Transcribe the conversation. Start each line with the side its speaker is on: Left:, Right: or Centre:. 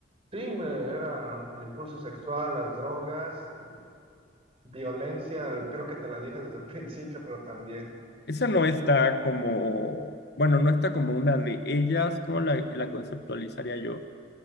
Right: Sí, me- era el impulso sexual, las drogas, y violencia, creo que te la dije desde el <laughs> principio, pero también.
Left: Esa no está como, bueno, no está como una de ellas, ¿cómo la, la conceptualizaría yo?